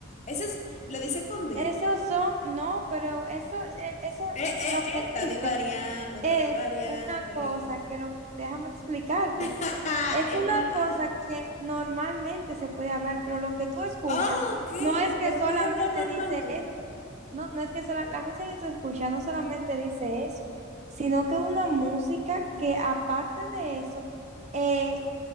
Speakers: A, on the left; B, on the right.
A: Ese es, lo dice con Dios.
B: Esos son, no, pero eso, eh, eso
A: Eh, eh,
B: lo
A: eh,
B: que
A: está
B: dice
A: divariando, está
B: es
A: divariando,
B: una cosa
A: linda.
B: que lo, déjame explicarte.
A: <laughs>
B: Es
A: es
B: una
A: una
B: cosa
A: A.
B: que normalmente se puede hablar, pero lo que tú escuchas
A: Oh, ok,
B: no es que
A: que
B: solamente
A: puede hablar normalmente.
B: dice, no, no es que sola- la música que tú escuchas no solamente dice eso, sino que es una música que aparte de eso, eh,